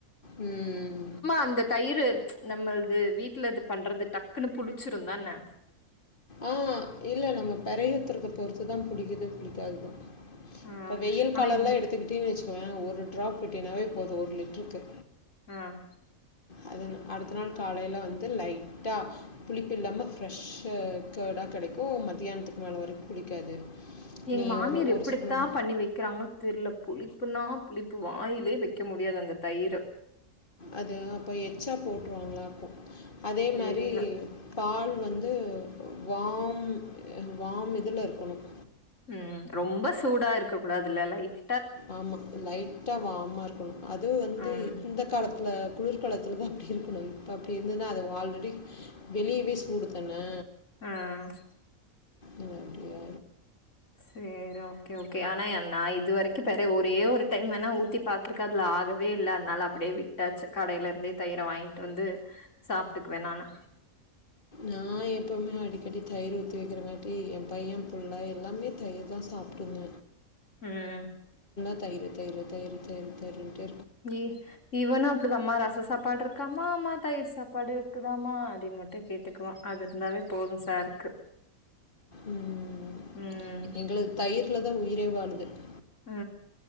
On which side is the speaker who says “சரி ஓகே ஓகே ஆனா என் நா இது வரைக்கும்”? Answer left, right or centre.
Left